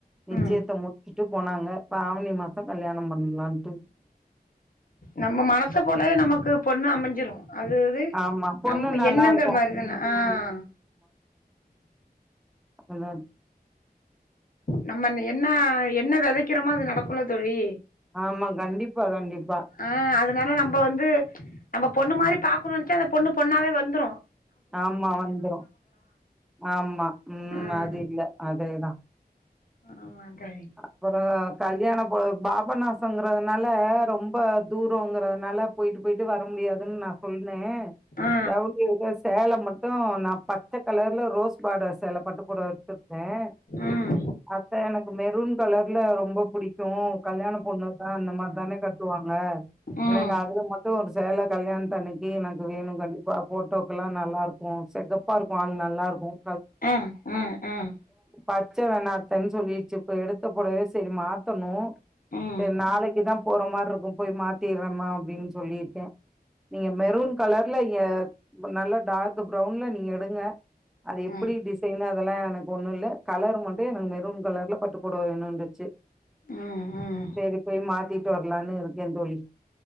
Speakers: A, in the centre; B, on the left.
A: நிச்சயத்தை
B: ம்
A: முடிச்சுட்டு போனாங்க இப்ப ஆவணி மாசம் கல்யாணம் பண்ணலாம்ட்டு
B: நம்ம மனசு போலவே நமக்கு பொண்ணு அமைஞ்சிடும் அது அது
A: ஆமா பொண்ணு
B: நம்ம
A: நல்லா
B: எண்ணங்கள்
A: இருக்கு
B: மாதிரிதானே
A: ம்
B: ஆஹ்
A: அதான்
B: நம்ம என்ன என்ன விதைக்கிறோமோ அது நடக் போல தோழி
A: ஆமா கண்டிப்பா எப்போ வராங்க
B: ஆஹ் அதனால நம்ம வந்து நம்ம பொண்ணு மாதிரி பாக்கணும்ட்டு அந்த பொண்ணு பொண்ணாவே வந்துரும்
A: ஆமா வந்துரும் ஆமா உம்
B: ம்
A: அது இல்ல அதே தான்
B: ஆமா தோழி
A: அப்புறம் கல்யாணம் போ பாபநாசங்கிறதுனால ரொம்ப தூரங்கிறது நான்லாம் போயிட்டு போயிட்டு வர முடியாதுன்னு நான் சொன்னேன்
B: ஆ
A: ஜவுளி சேலை மட்டும் நான் பச்ச கலர்ல ரோஸ் பார்டர் சேலை பட்டு புடவை எடுத்துருக்கேன்
B: ம்
A: அப்ப எனக்கு மெரூன் கலர்ல ரொம்ப புடிக்கும் இப்போ கல்யாண பொண்ணு தான் அந்த மார்தான் கட்டுவாங்க
B: ம்
A: எனக்கு அதுல மட்டும் ஒரு சேலை கல்யாண தன்னைக்கு எனக்கு வேணும் கண்டிப்பாக போட்டோக்கெல்லாம் நல்லாருக்கும் செகப்பாக இருக்கும் ஆள் நல்லாருக்கும்
B: ஆஹ் ஆஹம் ஆஹம்
A: பச்சவநாத்தன்னு சொல்லி இப்ப எடுத்த புடவையே மாத்தணும்
B: ம்
A: சரி நாளைக்கு தான் போற மாதிரி இருக்கும் போய் மாத்திடனும்மான்னு அப்படின்னு சொல்லிருக்கேன் நீங்க மெரூன் கலர்ல இங்க நல்லா டார்க்க் ப்ரவுன்ல நீங்க எடுங்க அது எப்படி
B: ம்
A: டிசைனா அதெல்லா எனக்கு ஒன்னு இல்ல கலர் மட்டு எனக்கு மெரூன் கலர்ல பட்டு பொடவ வேணுன்ருச்சு
B: ம் ம்
A: சரி போய் மாத்திட்டு வரலான்னு இருக்கே தோழி